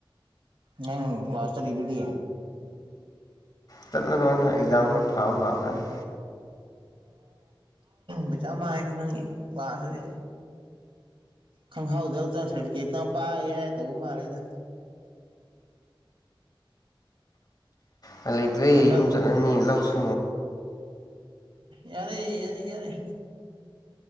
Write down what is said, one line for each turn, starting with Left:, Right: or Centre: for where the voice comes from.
Right: ꯅꯡ ꯀ꯭ꯂꯥꯁ ꯆꯥꯇꯔꯤꯗꯨꯗꯤ
Left: ꯆꯠ ꯂꯣꯏ ꯑꯦꯛꯖꯝ ꯈꯛ ꯊꯥꯕꯥ ꯂꯥꯀꯥꯅꯤ
Right: ꯄꯩꯁꯥ ꯃꯥꯡꯏꯗ ꯅꯡꯒꯤ ꯀꯂꯥꯁꯇꯗꯤ ꯈꯡꯍꯧꯗ꯭ꯔꯛꯇ ꯁꯥꯔꯇꯤꯐꯤꯀꯦꯛꯇ ꯄꯥꯛꯒꯦ ꯍꯥꯏ ꯇꯧꯕ ꯃꯥꯂꯤꯗ
Left: ꯄꯥꯂꯩꯇꯔꯦ
Right: ꯍꯟꯗꯛ
Left: ꯌꯨꯝ ꯆꯠꯂꯅꯤ ꯂꯧꯁꯨ
Right: ꯌꯥꯔꯦ ꯌꯥꯔꯦ ꯌꯥꯔꯦ